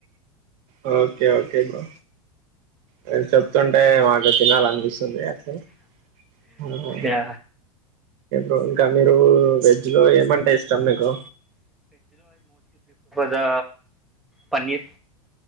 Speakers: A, on the right; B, in the centre.
A: ఆ ఓకే ఓకే బ్రో మీరు చెప్తుంటే మాకు తినాలి అనిపిస్ స్తుంది అట్లే అందుకు
B: యా
A: బో ఇంకా మీరు వెజ్లో ఏమంటే ఇష్టం మీకు
B: దా పన్నీర్